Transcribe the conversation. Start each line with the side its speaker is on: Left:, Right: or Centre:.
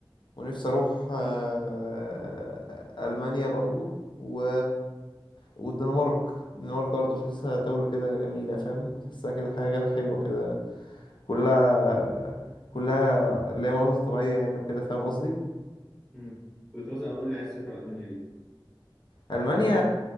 Left: ونفسي أروح آه،
Centre: مم.
Left: ألمانيا برضو و... والدنمارك الدنمارك برضو حاسسها دولة كده جميلة فاهم حاسسها كده حاجة كده حلوة كده كلها كلها اللي هي مناظر طبيعية يعني وكده فاهم قصدي
Centre: مم. كنت مثلا اقول لي عايز تسافر المانيا ليه
Left: المانيا